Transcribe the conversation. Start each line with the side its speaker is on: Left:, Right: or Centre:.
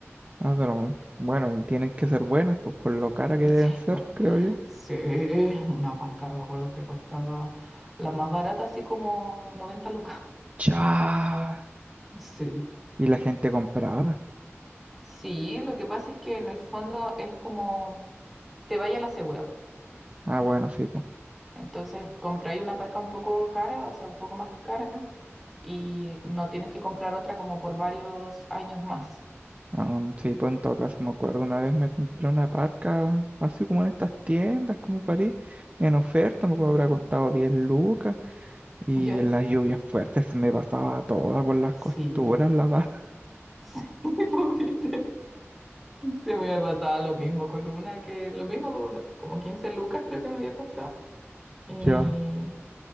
Right: Ah, pero bueno, tienen que ser buenas, pues por lo cara que deben
Centre: Sí,
Right: ser, creo yo.
Centre: Sí, una parca, me acuerdo que costaba la más barata, así como 90 lucas.
Right: ¡Chá!
Centre: Sí,
Right: Y la gente compraba.
Centre: sí, lo que pasa es que en el fondo es como te vaya la segura. po.
Right: Ah, bueno, sí, pues.
Centre: Entonces compráis una parca un poco cara, o sea, un poco más cara, y no tienes que comprar otra como por varios años más.
Right: Um, sí, pues en todo caso me acuerdo, una vez me compré una parca, así como en estas tiendas como París, en oferta, me acuerdo,
Centre: ¿Ya?
Right: habrá costado 10 lucas y
Centre: ¿Ya?
Right: en las lluvias fuertes se me pasaba toda por las costuras
Centre: Sí,
Right: la parca. <laughs>
Centre: sí, <laughs> pues, viste. Se me pasaba lo mismo con una que, lo mismo, po, como 15 lucas creo que me había costado. Y
Right: Ya,